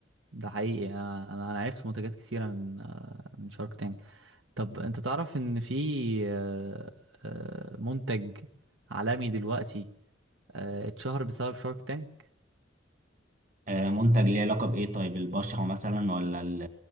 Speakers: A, on the right; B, on the right.
A: ده حقيقي انا انا أنا عرفت منتجات كتيرة من آه من شارك تانك طب انت تعرف ان في آه، آه، منتج عالمي دلوقتي آه، اتشهر بسبب شارك تانك
B: آه، منتج ليه علاقه بايه طيب البشره مثلا ولا ال-